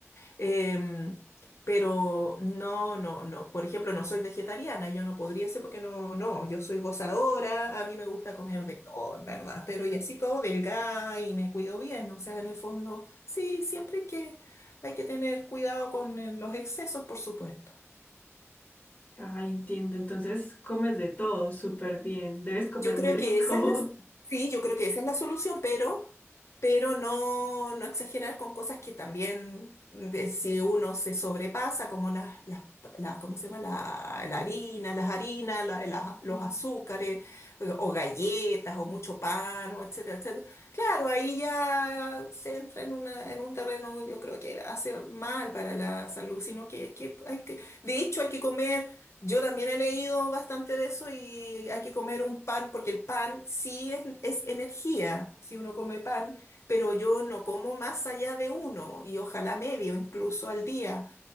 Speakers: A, on the left; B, on the left.
A: Em, pero no, no, no. Por ejemplo, no soy vegetariana, yo no podría ser porque no, no, yo soy gozadora, a mí me gusta comer de todo, en verdad, pero y así todo delgada y me cuido bien, o sea, en el fondo, sí, siempre que hay que tener cuidado con eh, los excesos, por supuesto.
B: Ah, entiendo. Entonces comes de todo súper bien. Debes comer
A: Yo creo
B: muy rico.
A: que esa es la,
B: <laughs>
A: sí, yo creo que esa es la solución, pero, pero no, no exagerar con cosas que también, de- si uno se sobrepasa, como las, las, las- ¿cómo se llama? La, la harina, las harinas, la- las-
B: Ujú.
A: los azúcares, eh, o galletas, o mucho pan, o etcétera, etcétera. Claro, ahí ya se entra en una, en un terreno, yo creo que hace mal para la salud, sino que, que hay que, de hecho, hay que comer. Yo también he leído bastante de eso y hay que comer un pan, porque el pan sí es, es energía, si uno come pan, pero yo no como más allá de uno y ojalá medio incluso al día